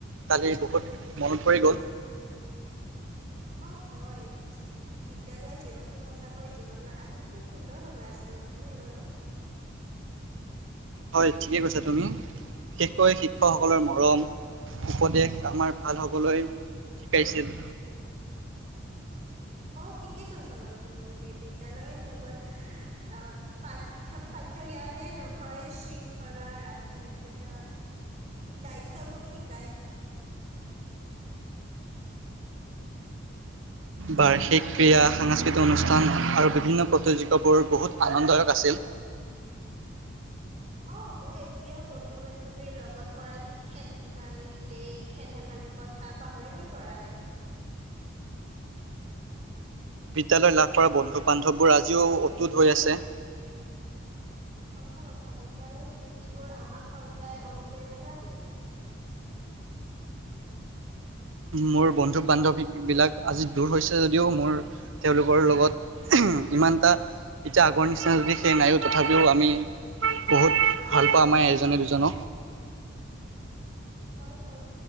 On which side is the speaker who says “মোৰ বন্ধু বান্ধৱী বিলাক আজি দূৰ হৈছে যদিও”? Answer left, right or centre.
Right